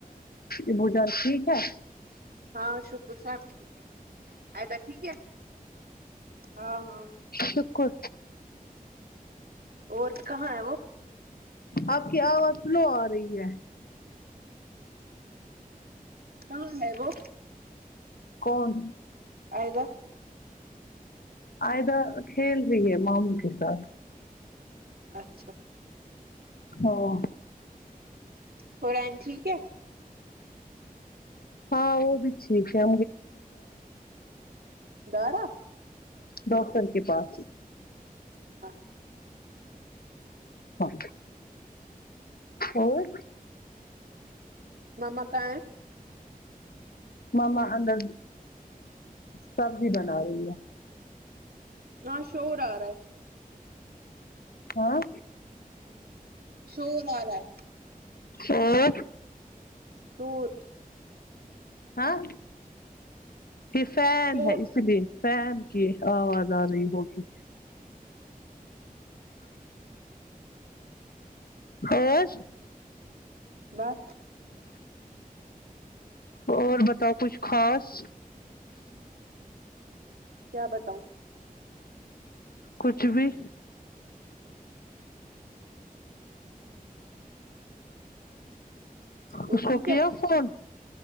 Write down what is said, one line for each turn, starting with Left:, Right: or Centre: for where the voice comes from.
Left: ابوجان ٹھیک ہے
Right: ہاں شکر صاحب آءزہ ٹھیک ہے ایدا ٹھیک ہے ہاں ہاں
Left: شکر
Right: اور کہاں ہے وہ
Left: آپکی آواز لو آ رہی ہے
Right: کہاں ہے وہ
Left: کون
Right: آئذہ
Left: آئذہ کھیل رہی ہے ماموں کے ساتھ
Right: اچھا
Left: ہاں
Right: ہورہن ٹھیک ہے
Left: ہاں وہ بھی ٹھیک ہے
Right: دارا
Left: ڈاکٹر کے پاس
Right: اچھا
Left: اں اور
Right: مما کہاں ہے
Left: ماما اندر سبزی بنا رہی ہے
Right: یہاں شور آ رہا ہے
Left: ہاں
Right: شور آ رہا ہے
Left: اور
Right: بہت
Left: ہاں یہ فین
Right: شور
Left: ہے اس لیے فین کی آواز آ رہی ہوگی اور
Right: بس
Left: اور بتاؤ کچھ خاص
Right: کیا بتاؤں
Left: کچھ بھی
Right: وہ
Left: اس
Right: ٹھیک
Left: کو
Right: ہے
Left: کیا فون